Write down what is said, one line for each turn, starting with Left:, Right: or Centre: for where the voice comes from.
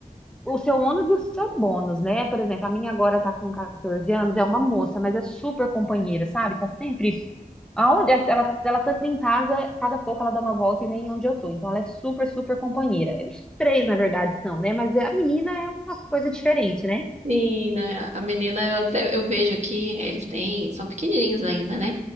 Centre: o seu ônus e o seu bônus, né? Por exemplo, a minha agora tá com 14 anos, é uma moça, mas é super companheira, sabe? Tá sempre. Aonde é, ela, ela tá em casa, cada pouco ela dá uma volta e vem onde eu tô. Então ela é super, super companheira. Os três, na verdade, são, né? Mas a menina é uma coisa diferente, né?
Right: Sim, né? A menina, eu até eu vejo aqui, eles têm, são pequenininhos ainda, né?